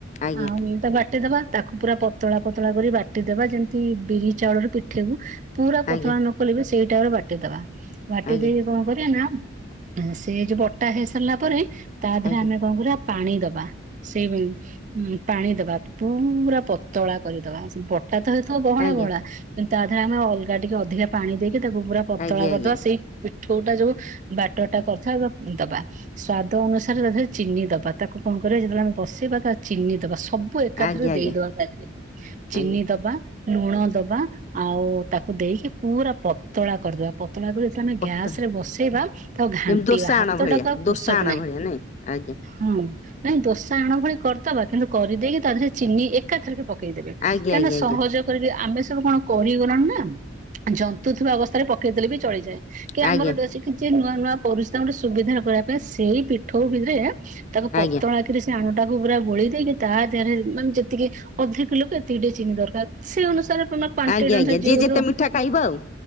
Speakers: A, on the left; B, on the right.
A: ଆଜ୍ଞା
B: ଆଉ ତା ବାଟିଦବା ତାକୁ ପୁରା ପତଳା ପତଳା କରି ବାଟିଦେବା ଯେମିତି ବିରି ଚାଉଳରୁ ପିଠେବୁ ପୁରା
A: ଆଜ୍ଞା
B: ପତଳା ନ କଲେ ବି ସେଇଟାରେ ବାଟିଦେବା ବାଟି
A: ଆଜ୍ଞା
B: ଦେଇ କଣ କରିବା ନା ସେ ଯୋଉ ବଟା ହେଇ ସାରିଲା ପରେ ତା ଦେହରେ
A: ଆଜ୍ଞା
B: ଆମେ କଣ କରିବା ପାଣି ଦବା ସେହୁଁ ପାଣି ଦବା ପୁରା ପତଳା କରିଦବା ତା ଥରେ ତ ବହଳା
A: ଆଜ୍ଞା
B: ବହଳା କିନ୍ତୁ ତା ଦେହରେ ଆମେ ଅଲଗା ଟିକେ ଅଧିକା ପାଣି ଦେଇକି ତାକୁ ପୁରା ପତଳା
A: ଆଜ୍ଞା
B: କରିଦବା
A: ଆଜ୍ଞା
B: ସେଇ ପିଠୋଉ ଟା ଯୋଉ ବାଟର ଟା କରିଥବା ଦବା। ସ୍ଵାଦ ଅନୁସାର ତଥାପି ଚିନି ଦବା ତାକୁ କଣ କରିବା ଯେତେବେଳେ ଆମେ ବସେଇବା ତା ଚିନି ଦବା ସବୁ ସଵୁ ଏକାଥରେ
A: ଆଜ୍ଞା
B: ଦେଇଦବା
A: ଆଜ୍ଞା
B: ତା ଦେହରେ ଚିନି
A: ଆଜ୍ଞା
B: ଦବା ଲୁଣ ଦବା ଆଉ ତାକୁ ଦେଇକି ପୁରା ପତଳା କରିଦବା। ପତଳା କରି ତମେ
A: ପତା
B: ଗ୍ୟାସ ରେ ବସେଇବା ତ ଘାଣ୍ଟିବା।
A: ଯେମିତି ଦୋସା
B: ହାତଟାକୁ
A: ଆଣ ଭଳିଆ
B: ଆଉ ଫୁରସଦ
A: ଦୋସା ଆଣ
B: ନାହିଁ।
A: ଭଳିଆ ନାଇଁ ଆଜ୍ଞା
B: ହଁ ନାଇଁ ଦୋସା ଆଣ ଭଳି କରିଦବା କିନ୍ତୁ କରିଦେଇକି ତା ଦେହରେ ଚିନି ଏ ଏକାଥରକେ ପକେଇଦେବେ।
A: ଆଜ୍ଞା
B: କାହିଁକିନା
A: ଆଜ୍ଞା
B: ସହଜ କରିକି ଆମେ ସବୁ କଣ? କରିଗଲୁଣ ନା ଜନ୍ତୁ ଥିବା ଅବସ୍ଥାରେ ପକେଇଦେଲେ ବି ଚଳିଯାଏ। କି
A: ଆଜ୍ଞା
B: ଆମର
A: ଆଜ୍ଞା
B: ଡେସି ନୂଆ ନୂଆ ପରିଶ୍ରମ ରେ ସୁବିଧା କରିବାପାଇଁ ସେଇ ପିଠଉ ବିରିରେ ତାକୁ ପତଳା
A: ଆଜ୍ଞା
B: କି ସେଥିରେ ସେ ଆଣଟାକୁ ପୁରା ଗୋଳେଇ ଦେଇକି ତା ଦେହରେ ମାନେ ଯେତିକି ଅଧିକ କିଲୋକୁ ଏତିକି ଟିକେ ଚିନି ଦରକାର୍ ସେଇ ଅନୁସାରେ ତମେ ପାଣ୍ଟି
A: ଆଜ୍ଞା
B: <unintelligible>
A: ଆଜ୍ଞା ଯିଏ ଯେତେ ମିଠା ଖାଇବ ଆଉ